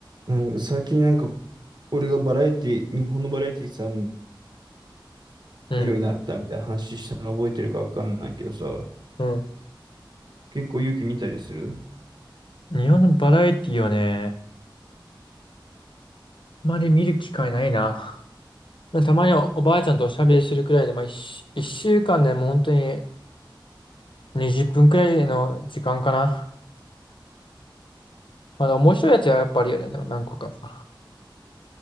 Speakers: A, on the right; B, on the left.
A: なんか最近なんか、俺がバラエティ、日本のバラエティさ、見
B: うん。
A: るようになったみたいな話したの覚えてるかわかんないけどさ、
B: うん。
A: 結構勇気見たりする。
B: 日本のバラエティはね、あまり見る機会ないな。たまにお、おばあちゃんとおしゃべりするくらいで、まあ、一週、一週間でも本当に20分くらいの時間かな。まだ面白いやつはやっぱあるよね。でも何個か。